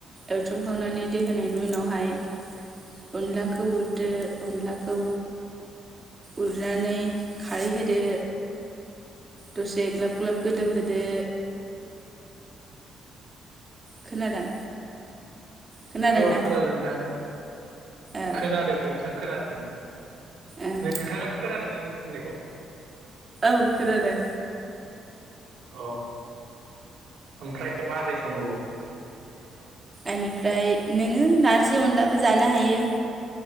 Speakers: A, on the right (about 25°); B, on the right (about 80°).
A: एवथ्रोमखांनानै दै होनायनि उनावहाय अनलाखौ उरदो अनलाखौ। उरनानै खारै होदो। दसे ग्लाब-ग्लाब गोजौ होदो। खोनादों खोनादोंना
B: औ-औ खोनादो नोंथां।
A: औ
B: खोनादों नोंथां खोनादों।
A: ओं
B: नोंथाङा खोनादों आंनि होननायखौ।
A: औ खोनादों।
B: अ ओमफ्राय मारै संबावो। <inaudible>
A: एनिफ्राय नोङो नारजि अनलाबो जानो हायो।